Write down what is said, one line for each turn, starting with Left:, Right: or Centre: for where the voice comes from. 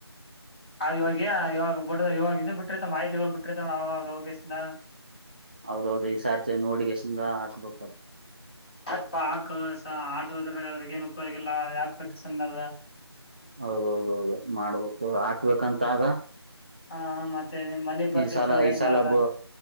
Left: ಆ ಇವಾಗ ಇವಾಗ ಬ ಇವಾಗ ಇದ ಬಿಟ್ಟಿರ್ತ ಮಾಹಿತಿಗಳು ಬಿಟ್ಟಿತ ನಾಗೋಗೇಶಿಂದ
Right: ಹೌದೌದು ಈ ಈ ಸತಿ ನೋಡಿ ಕಿಶನ್ ಹಾಕ್ಬೇಕು <inaudible>
Left: ಅಪ್ಪಾ ಹಾಕಸ ಆಟೋರಿಗಿ ಅವ್ರಗಏನ್ ಉಪಯೋಗಗಿಲ್ಲ ಯಾಕ ಗತ ಸುಮ್ ಅದ
Right: ಹೌದೌದೌದು ಮಾಡ್ಬೇಕು ಹಾಕಬೇಕಂತ ಆದ
Left: ಹ ಮತ್ತೆ ನಿಮ್ ಮನೆ ಪರಿಸ್ಥಿತಿ
Right: ಈ ಸಲ
Left: ನೋಡಿ ಹೆಂಗ
Right: ಈ ಸಲ್ಮ
Left: ಅದ